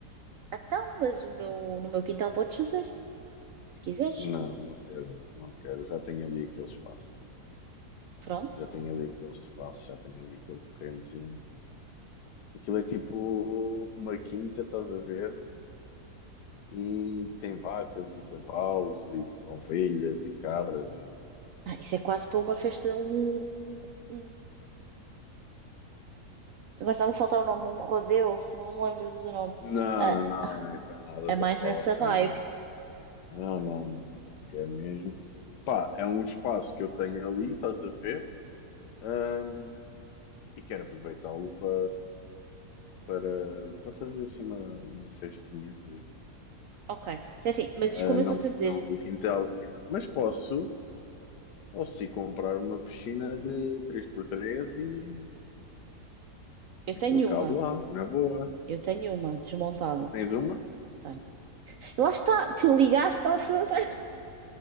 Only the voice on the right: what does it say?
Então, mas o meu no meu quintal podes fazer, se quiseres.
Pronto.
Ah, isso é quase para uma festa, um, um- Agora estava a faltar o nome, um rodeo, não me lembro do nome.
Ah,
é
mais
nessa vibe.
Ok. É assim, mas
como
eu estou-te
a dizer,
eu
tenho
uma,
eu tenho uma desmontada.
Tenho. Lá está, tu ligaste para a pessoa certa.